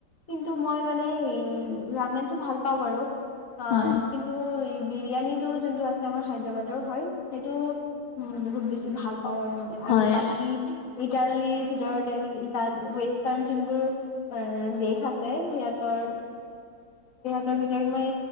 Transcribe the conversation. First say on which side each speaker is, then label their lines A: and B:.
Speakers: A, on the left; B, on the left.
A: কিন্তু মই মানে ৰামেন টো ভাল প বাৰু, আ
B: হয়
A: কিন্তু বিৰিয়ানীটো যোনটো আছে আমাৰ হায়দৰাবাদৰ। হয় সেইটো উ বহুত বেছি ভাল পাওঁ আৰু মানে
B: হয়
A: আৰু
B: হয়
A: বাকী ইটালীৰ ভিতৰতে নেকি? ৱেষ্টাৰ যোনবোৰ দেশ আছে, সিহঁতৰ ত ভিতৰত, মই